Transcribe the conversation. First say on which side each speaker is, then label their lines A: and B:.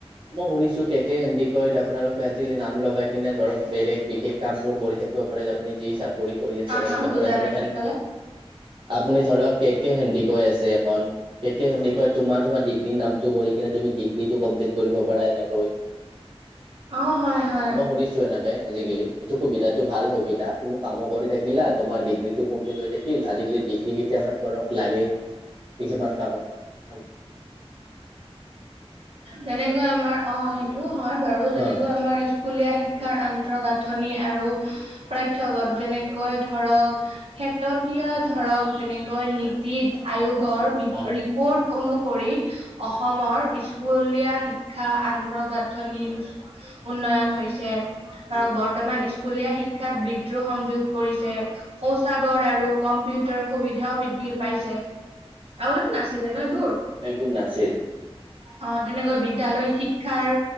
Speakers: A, on the right; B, on the right.
A: মই শুনিছোঁ কেকেহেডিকৈত আপোনালোকে আজিকালি নাম লগাই কিনে ধৰক বেলেগ বিশেষ কামবোৰ কৰি থাকে, পাৰে যে আপুনি যি চাকৰি কৰি আছে
B: হা
A: বা
B: হা
A: কিবা
B: বুজা
A: কৰে আপুনি
B: নাই
A: সেয়াত,
B: কি ক'লে
A: আপুনি ধৰক কে কে সেন্দি কৈ আছে। কে কে সোন্দি তোমাৰ তোমাৰ ডিগ্ৰীৰ নামটো কৰি কিনে তুমি ডিক কিতো কমপ্লিট কৰিব পাৰা এনেকৈ,
B: অ হয় হয়।
A: মই শুনিছো এনেকে আজিকালি এইটো সুবিধাতো ভাল সুবিধা তুমি কামো কৰি থাকিলা তোমাৰ ডিগ্ৰীটো কমপ্লিট হৈ থাকি আজিকালি ডিগ্ৰী কেতিয়াবা ধৰক লাগেই। কিছুমান কামত। ভাল।
B: তেনেকৈ আমাৰ অ সেইটো হয় বাৰু যেনেকৈ
A: হয়
B: আমাৰ স্কুলীয়া শিক্ষাৰ আন্তঃগাঁথনি আৰু পাথ্য গোট যেনেকৈ ধৰক, খেততীয়া ধৰক যেনেকৈ নীতিত, আয়োগৰ
A: অ
B: ৰিপৰ্ট অনুসৰি অসমৰ স্কুলীয়া শিক্ষা আন্তঃগাঁথনিৰ উচ উন্নয়ন হৈছে। ধৰক
A: উম,
B: বৰ্তমান স্কুলীয়া শিক্ষাত বিদ্ৰোহ সংযোগ কৰিছে। শৌচাগৰ আৰু কম্পিউটাৰ সুবিধাও বৃদ্ধি পাইছে। আগতেটো নাছিলে ন এইবোৰ।
A: এইবোৰ নাছিল।
B: অ তেনেকৈ বিদ্যালয় শিক্ষাৰ।